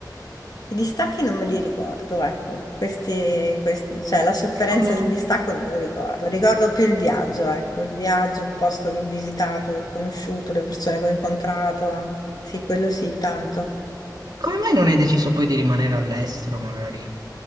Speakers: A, on the left; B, on the right.
A: i distacchi non me li ricordo, ecco, questi, questi- cioè la sofferenza
B: E quando...
A: del distacco non lo ricordo, ricordo più il viaggio, ecco, il viaggio, il posto che ho visitato, che ho conosciuto, le persone che ho incontrato, eh. Sì, quello sì, tanto.
B: Come mai non hai deciso poi di rimanere all'estero, magari?